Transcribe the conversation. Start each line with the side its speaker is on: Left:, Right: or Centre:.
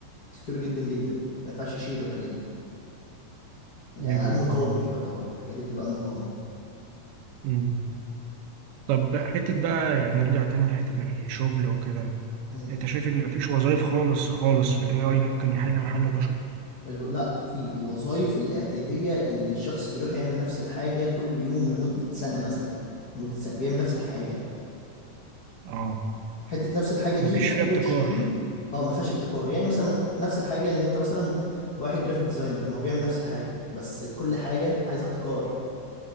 Left: سكيور جدا جدا ما ينفعش يشيلوا الحاجات دي ده
Right: ايوه
Left: امن
Right: ايوه
Left: قومي
Right: فاهم
Left: في يعتبر الحاجات دي بتبقى امن قومي
Right: مم. طب حتة بقى يعني نرجع تاني لحتة الشغل وكده
Left: مم.
Right: انت شايف ان مفيش وظائف خالص خالص ال AI ممكن يحل محل البشر
Left: الو... لا في الوظائف الاعتياديه اللي الشخص بيروح يعمل نفس الحاجه كل يوم لمده سنه مثلا لمده سنه بيعمل نفس الحاجه
Right: اه
Left: حته نفس الحاجه دي
Right: مفيش
Left: ما
Right: فيها
Left: اقصدش
Right: ابتكار
Left: بيها اه ما فيهاش ابتكار يعني مثلا مت- نفس الحاجه ان انت مثلا واحد جرافيك ديزاينر ما هو بيعمل نفس الحاجه بس كل حاجه عايزه ابتكار